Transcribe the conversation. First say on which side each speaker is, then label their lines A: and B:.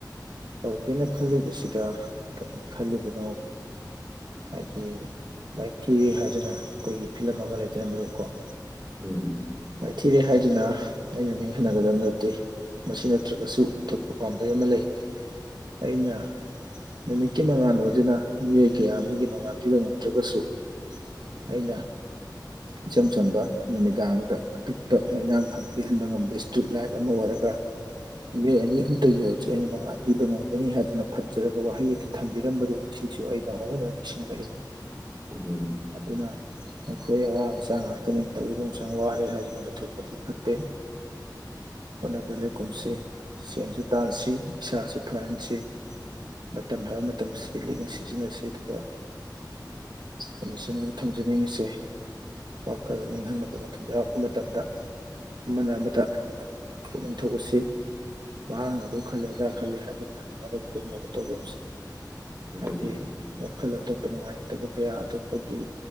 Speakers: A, on the right (about 70°); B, on the right (about 25°).
A: ꯇꯧꯒꯦꯅ ꯈꯜꯂꯤꯕꯁꯤꯗ ꯀꯔꯤ ꯈꯜꯂꯤꯕꯅꯣ ꯍꯥꯏꯗꯤ ꯃꯥꯏꯊꯤ ꯍꯥꯏꯗꯅ ꯑꯩꯈꯣꯏꯒꯤ ꯐꯤꯚꯝ ꯑꯃ ꯂꯩꯗꯅ ꯃꯔꯨꯞꯀꯣ
B: ꯎꯝ
A: ꯃꯥꯏꯊꯤꯔꯦ ꯍꯥꯏꯗꯨꯅ ꯑꯩꯅ ꯅꯤꯡꯍꯟꯅꯒꯗꯕ ꯅꯠꯇꯦ ꯃꯁꯤ ꯅꯠꯇ꯭ꯔꯒꯁꯨ ꯑꯇꯣꯞꯄ ꯄꯥꯝꯕꯩ ꯑꯃ ꯂꯩ ꯑꯩꯅ ꯅꯨꯃꯤꯠꯀꯤ ꯃꯉꯥꯜ ꯑꯣꯏꯗꯨꯅ ꯃꯤꯑꯣꯏ ꯀꯌꯥ ꯑꯃꯒꯤ ꯃꯉꯥꯜ ꯄꯤꯕ ꯉꯝꯗ꯭ꯔꯒꯁꯨ ꯑꯩꯅ ꯏꯆꯝ ꯆꯝꯕ ꯅꯨꯃꯤꯗꯥꯡꯗ ꯑꯄꯤꯛꯄ ꯃꯩꯉꯥꯟ ꯐꯪ ꯄꯤꯍꯟꯕ ꯉꯝꯕ ꯏꯁꯇ꯭ꯔꯤꯠ ꯂꯥꯏꯠ ꯑꯃ ꯑꯣꯏꯔꯒ ꯃꯤꯑꯣꯏ ꯑꯅꯤ ꯑꯍꯨꯝꯇꯒꯤ ꯑꯣꯏꯔꯁꯨ ꯑꯩꯅ ꯃꯉꯥꯜ ꯄꯤꯕ ꯉꯝꯒꯅꯤ ꯍꯥꯏꯗꯨꯅ ꯐꯠꯖꯔꯕ ꯋꯥꯍꯩ ꯑꯗꯨ ꯊꯝꯕꯤꯔꯝꯕꯗꯨ ꯉꯁꯤꯁꯨ ꯑꯩ ꯅꯧꯍꯧꯅꯥꯅ ꯅꯤꯡꯁꯤꯡꯂꯛꯏ
B: ꯎꯝ
A: ꯑꯗꯨꯅ ꯑꯩꯈꯣꯏ ꯑꯋꯥ ꯃꯆꯥ ꯉꯥꯛꯇꯅꯤ ꯇꯧꯏꯒꯨꯝꯁꯨꯡ ꯋꯥꯔꯦ ꯍꯥꯏꯗꯨꯅ ꯂꯩꯊꯣꯛꯄꯗꯤ ꯐꯠꯇꯦ ꯍꯣꯠꯅꯕꯗ ꯂꯦꯞꯀꯨꯝꯁꯤ ꯁꯦꯟꯁꯨ ꯇꯥꯟꯁꯤ ꯏꯁꯥꯁꯨ ꯐꯍꯟꯁꯤ ꯃꯇꯝ ꯍꯥꯏꯕ ꯃꯇꯝꯁꯤ ꯂꯤꯛꯅ ꯁꯤꯖꯤꯟꯅꯁꯤ ꯑꯗꯨꯒ ꯑꯩꯅ ꯁꯤꯃꯒ ꯊꯝꯖꯅꯤꯡꯉꯤꯁꯦ ꯋꯥꯈꯜ ꯅꯤꯡꯍꯟꯅꯕ ꯃꯇꯝ ꯌꯥꯎꯔꯛꯄ ꯃꯇꯝꯗ ꯑꯃꯅ ꯑꯃꯗ ꯄꯨꯛꯅꯤꯡ ꯊꯧꯒꯠꯁꯤ ꯃꯍꯥꯛꯅ ꯑꯗꯨ ꯈꯜꯂꯦ ꯑꯗꯥ ꯈꯜꯂꯦ ꯍꯥꯏꯗꯨꯅ ꯋꯥꯔꯧ ꯄꯨꯛꯂꯧꯅꯕ ꯇꯧꯒꯨꯝꯁꯤ
B: ꯎꯝ
A: ꯍꯥꯏꯗꯤ ꯋꯥꯈꯜ ꯑꯇꯣꯞꯄ ꯅꯨꯡꯉꯥꯏꯅꯗꯕ ꯀꯌꯥ ꯑꯇꯣꯞꯄꯒꯤ